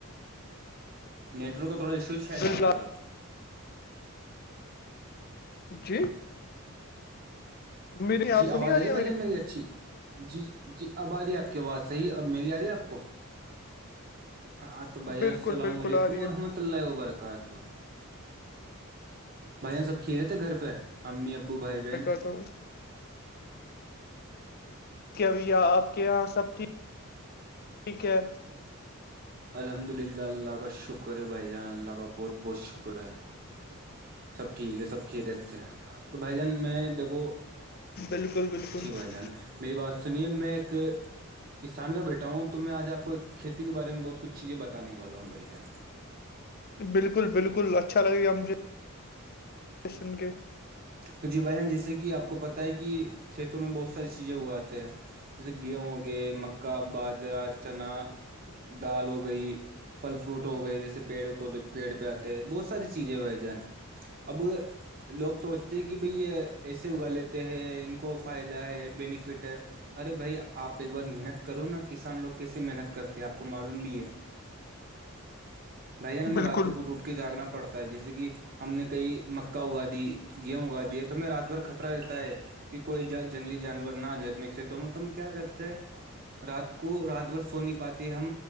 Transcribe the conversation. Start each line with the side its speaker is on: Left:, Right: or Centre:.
Right: نی ورک کا تھوڑا ایشو ہے شاید
Left: بالکل
Right: آپ کی طرف
Left: جی میری
Right: جی
Left: آپ کو
Right: آواز
Left: نہیں
Right: آ رہی
Left: ہے
Right: بھائی جان میری اچھی جی ج جی اب آ رہی ہے آپ کی آواز صحیح اب میری آ رہی ہے آپ کو ہاں تو بھائیان
Left: بالکل
Right: السلام
Left: بالکل
Right: علیکم
Left: آ رہی
Right: وورحمۃ
Left: ہے
Right: اللہ وبرکاتہ بھائی جان سب کھے رہے تھے گھر پہ امی ابو بھائی بہن
Left: تو <inaudible> کیا بھیا آپ کے یہاں سب ٹھیک ٹھیک ہے
Right: ہ <inaudible> الحمد للہ اللہ کا شکر ہے بھائی جان اللہ کا بہت بہت شکر ہے سب ٹھیک ہے سب کھیےتے اچھے ہیں تو بھائی جان میں دیکھو
Left: بالکل بالکل
Right: جی بھائی جان میری بات سنیے میں ایک کسان کا بیٹا ہوں تو میں آج آپ کو ایک کھیتی کے بار میں بہت کچھ چیزیں بانے والا ہوں بھائی جان
Left: بالکل بالکل اچھا لگے گا مجھے سن کے
Right: تو جی بائی جان جیسے کہ آپ کو پت ہے کہ کھیتوں میں بہت ساری چیزیں ہو آتے ہیں جیسے گیہوں ہو گئے مکہ باجرا چنا دال ہو گئی پھل فروٹ ہو گئے جیسے پیڑ پیڑ پہ آتے ہیں بہت ساری چیزیں بھائی جان اب لوگ سوچتے کہ بھائی یہ ایسے اگا لیتے ہیں ان کو فائدہ ہے بینیفٹ ہے ارے بھائی آپ ایک بار محنت کرو نا کسان لوگ کیسے محنت کرتے ہیں آپ کو معلوم بھی ہے <inaudible> بھائی جان ہمیں
Left: بالکل
Right: راتوں کو ٹوٹ کے جاگنا پڑتا ہے جیسے کہ ہم نے کئی مکا اگا دی گیہوں گا د تو میں رات بھر خطرہ رہتا ہے کہ کوئی جنگلی جانور نہ آ جائے اپنے کھیتوں میں تو ہم کیا کرتے ہیں رات کو رات بھر سو نہیں پاتی ہے ہم